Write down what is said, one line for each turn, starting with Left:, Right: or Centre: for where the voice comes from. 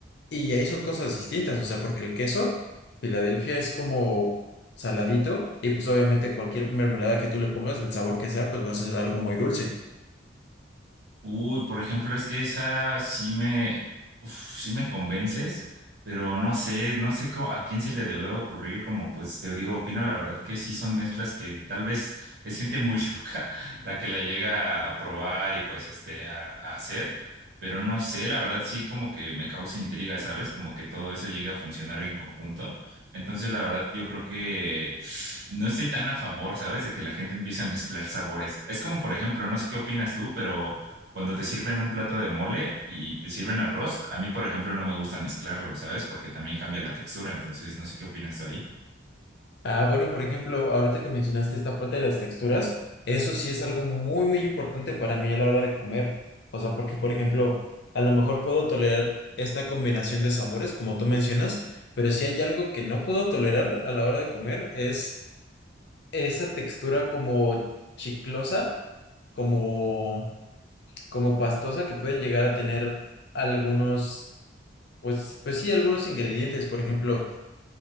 Left: Y ahí son cosas distintas, o sea, porque el queso Filadelfia es como saladito y pues obviamente cualquier mermelada que tú le pongas, del sabor que sea, pues va a ser algo muy dulce.
Right: Uy, por ejemplo, es que esa sí me, uf, sí me convences, pero no sé, no sé cómo- a quién se le debe ocurrir, como pues te digo, opino la verdad que sí son mezclas que tal vez es gente muy <laughs> loca la que la llega a probar y pues este a, a hacer, pero no sé, la verdad sí como que me causa intriga, ¿sabes? Como que todo eso llega a funcionar en conjunto. Entonces, la verdad, yo creo que no estoy tan a favor, ¿sabes? De que la gente empiece a mezclar sabores. Es como, por ejemplo, no sé qué opinas tú, pero cuando te sirven un plato de mole y te sirven arroz, a mí, por ejemplo, no me gusta mezclarlo, ¿sabes? Porque también cambia la textura, entonces no sé qué opinas tú ahí.
Left: Ah, bueno, por ejemplo, ahorita que mencionaste esta parte de las texturas, eso sí es algo muy, muy importante para mí a la hora de comer. O sea, porque, por ejemplo, a lo mejor puedo tolerar esta combinación de sabores, como tú mencionas, pero si hay algo que no puedo tolerar a la hora de comer es esa textura como chiclosa, como, como pastosa que pueden llegar a tener algunos, pues, pues sí, algunos ingredientes, por ejemplo.